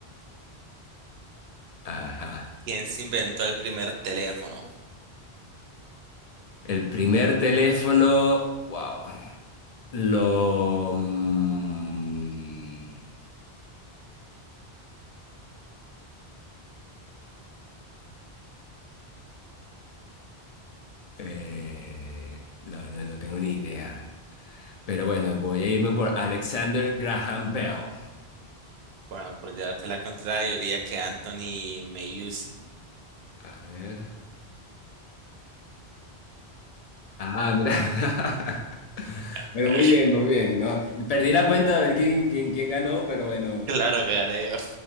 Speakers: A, on the left; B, on the right.
A: Ajá.
B: ¿Quién se inventó el primer teléfono?
A: El primer teléfono, wow. Lo... mm, eh, no, no, no tengo ni idea. Pero bueno, voy a irme por Alexander Graham Bell.
B: Bueno, por llevarte la contraria, yo diría que Anthony Meucci.
A: A ver. Ah, mira. <laughs>
B: <laughs>
A: Bueno, muy bien, muy bien. No, perdí la cuenta de ver quién, quién, quién ganó, pero bueno,
B: Claro que haré yo.